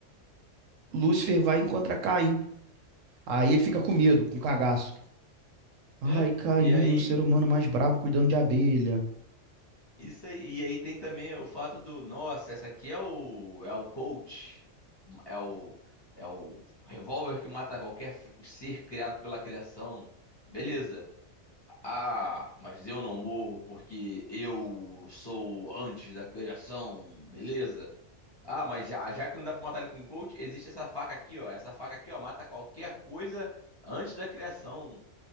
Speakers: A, on the right; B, on the left.
A: Lúcifer vai e encontra Caim. Aí ele fica com medo, com cagaço. Ai,
B: é.
A: Caim,
B: E aí
A: o ser humano mais brabo cuidando de abelha.
B: Isso aí. E aí tem também o fato do, nossa, essa aqui é o é o coach, é o é o revólver que mata qualquer fi- ser criado pela criação. Beleza. Ah, mas eu não morro porque eu sou antes da criação, beleza? Ah, mas já, já que não dá pra matar ele com o coach, existe essa faca aqui, ó. Essa faca aqui, ó, mata qualquer coisa antes da criação.